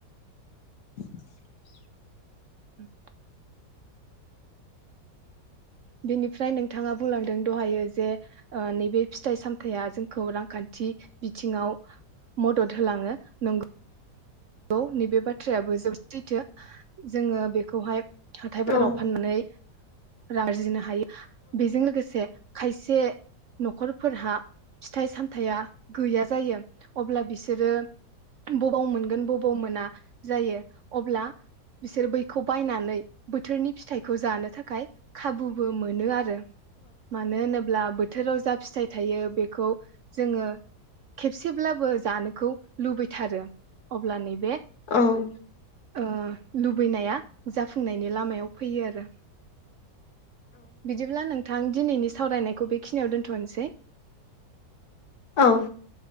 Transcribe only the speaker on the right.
<inaudible> बेनिफ्राय नोंथाङा बुलांदों दहायो जे ओ नैबे फिथाइ सामथाया जोंखौ रांखान्थि बिथिङाव मदद होलाङै नंगौ औ नैबे बाथ्रायाबो जोबोद सैथो। जोङो बेखौहाय। हाथाय बाजाराव
फाननानै। रां आरजिनो हायो। बेजों लोगोसे। खायसे नखरफोरहा फिथाइ सामथाया। गैया जायो अब्ला बिसो सोरो। बबाव मोनगोन ब बौ मोना जायो अब्ला बिसोर बैखौ बायनानै बोथोरनि फिथाइखौ जानो थाखाय खाबुबो मोनो आरो। मानो होनोब्ला बोथोराव जा फिथाइ थायो बे खौ जोङो खेबसेब्लाबो जानोखौ लुबैथारो अब्ला नै।
ओ लुबैनाया जाफुंनायनि लामायाव फैयो आरो। बिदिब्ला नों थां दिनैनि सावरायनाय। खौ बेखिनियाव दोनथनोसै।